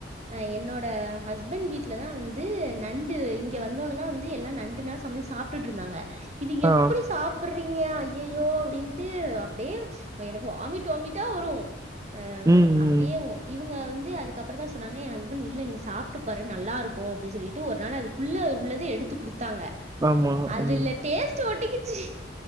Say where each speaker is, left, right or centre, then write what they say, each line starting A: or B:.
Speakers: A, on the right (about 35°); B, on the right (about 20°).
A: அ என்னோட ஹஸ்பண்ட் வீட் ட்லதா வந்து நண்டு இங்க வந்தோன தா வந்து எல்லா நண்டுனா சமைச்சு சாப்ட்டுட்ருந்தாங்க இது எப்டி
B: ஆ
A: சாப் பிட்றீங்க ஐயயோ அப்டின்ட்டு அப்டியே எனக்கு வாமிட் வாமிட்டா வரு அ
B: ம்
A: அப்டியேவு
B: ம்
A: இவ்ங்க வந்து அதுக்கப்பறந்தா சொன்னாங்க எ ஹஸ்பண்ட் இல்ல நீங்க சாப்ட்டு பாரு நல்லா இருக்கு அப்டின் சொல்லிட்டு ஒரு நாள் அதுக்குள்ள உள்ளத எடுத்து குடுத்தாங்க
B: ஆமா
A: அதுல
B: ம்
A: டேஸ் ஸ்ட்டு ஒட்டிக்குச்சு